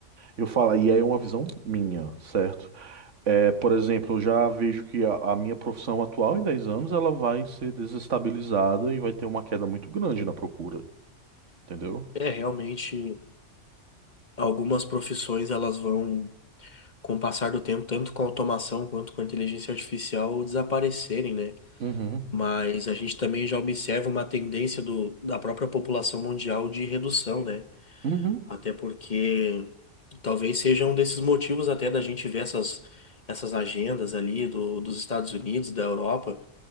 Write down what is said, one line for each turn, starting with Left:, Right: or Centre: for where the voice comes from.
Right: Eu falo, e aí é uma visão minha, certo? É, por exemplo, eu já vejo que a, a minha profissão atual em 10 anos ela vai ser desestabilizada e vai ter uma queda muito grande na procura, entendeu?
Left: É, realmente, algumas profissões elas vão com o passar do tempo, tanto com a automação quanto com a inteligência artificial, desaparecerem, né?
Right: Uhum.
Left: Mas a gente também já observa uma tendência do, da própria população mundial de redução, né?
Right: Uhum.
Left: Até porque talvez seja um desses motivos até da gente ver essas, essas agendas ali do, dos Estados Unidos, da Europa,